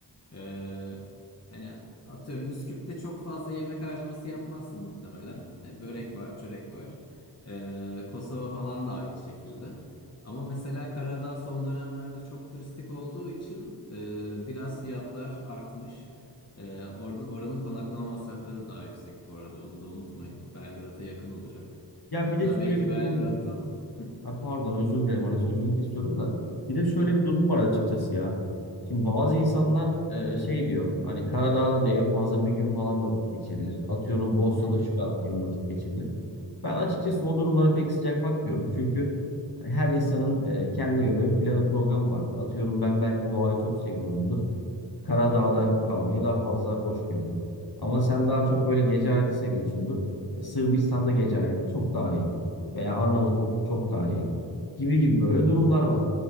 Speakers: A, on the left; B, on the left.
A: Ee, hani atıyorum Üsküp'te çok fazla yemek harcaması yapmazsın muhtemelen. E, börek var, çörek var. Ee, Kosova falan da aynı şekilde. Ama mesela Karadağ son dönemlerde çok turistik olduğu için e, biraz fiyatlar artmış. E, orada oranın konaklama masrafları da daha yüksek bu arada. Onu da unutmayın. Belgrad'a yakın olacak.
B: Ya
A: Hatta
B: bir de şöyle
A: belki
B: bir
A: Belgrad'dan.
B: durum var.
A: Hı,
B: Ha, pardon özür dilerim hani sözünü kesiyorum da bir
A: Estağfurullah.
B: de şöyle bir durum var açıkçası ya. Şimdi bazı insanlar e, şey diyor hani Karadağ'da diyor en fazla bir gün falan vakit geçirilir. Atıyorum Bosna'da
A: Hı hı.
B: şu kadar gün vakit geçirilir. Ben açıkçası o durumlara pek sıcak bakmıyorum. Çünkü her insanın e, kendine göre bir planı programı var. Atıyorum ben belki doğayı çok seviyorumdur. Karadağ'da kalmayı daha fazla hoş gördüm. Ama sen daha çok böyle gece hayatı seviyorsundur. E, Sırbistan'da gece hayatı çok daha iyi. Veya Arnavutluk'ta
A: Hı hı.
B: çok daha iyi. Gibi gibi böyle durumlar var.